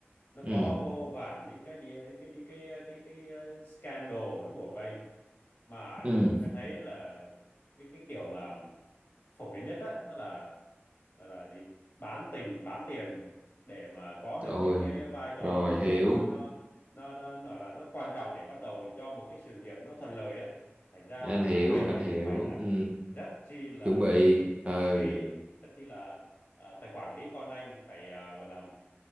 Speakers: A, on the left (about 50°); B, on the right (about 30°).
A: nó có
B: ừ
A: vô vàn những cái đi cái đi cái cái cái, cái ờ, scandal nó bủa vây mà
B: ừ
A: em thấy là cái cái kiểu mà phổ biến nhất á đó là là, là gì bán tình bán tiền để mà có được
B: ôi
A: những cái vai trò
B: rồi
A: nó
B: hiểu
A: nó nó nó nó nói là nó quan trọng để bắt đầu cho một cái sự nghiệp nó thuận lợi á thành ra
B: anh
A: á, là
B: hiểu
A: anh
B: anh
A: anh
B: hiểu
A: cũng phải là
B: ừ.
A: rất chi là
B: chuẩn bị
A: quản
B: ừ
A: lý rất chi là à, phải quản lý con anh phải à, gọi là